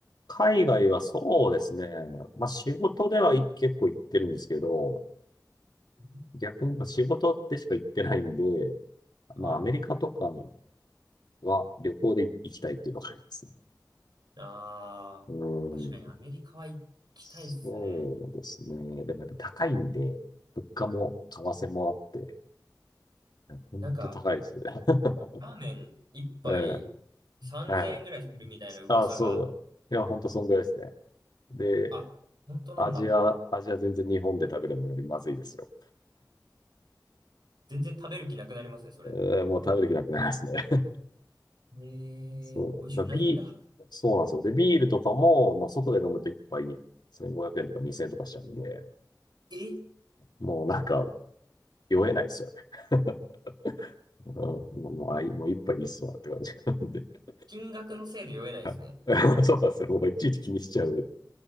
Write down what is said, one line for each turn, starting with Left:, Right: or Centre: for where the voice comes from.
Left: 海外はそうですね。まあ仕事ではい結構行ってるんですけど、
Right: うん
Left: 逆に仕事でしか行ってないんで、
Right: はい。
Left: まあアメリカとかは旅行で行きたいっていうのがありますね。
Right: ああ、
Left: うーん。
Right: 確かにアメリカは行きたいっすね。
Left: そうですね。でもやっぱ高いんで、物価も為替もあって、本当高いですね。
Right: なんか、
Left: <laughs>
Right: ラーメン一杯3000円ぐらいするみたいな噂が、
Left: ええ、はいあ、そうだ。いや、本当そんぐらいですね。で、
Right: あ、本当なんだ。
Left: アジア、アジア全然日本で食べるのよりまずいですよ。
Right: 全然食べる気なくなりますね、それ。
Left: えーもう食べる気なくなりますね。
Right: えー、
Left: <laughs> そう。
Right: 美味しくないんだ。
Left: だビー、そうなんですよ。で、ビールとかも、まあ、外で飲むと一杯1500円とか2000円とかしちゃうんで、
Right: え
Left: もうなんか、酔えないですよね。<laughs> うんもう、もうあいもう一杯いいっすわって感じ。<laughs>
Right: 金額のせいで酔えないですね。
Left: はい <laughs> そうなんですよ。もういちいち気にしちゃう。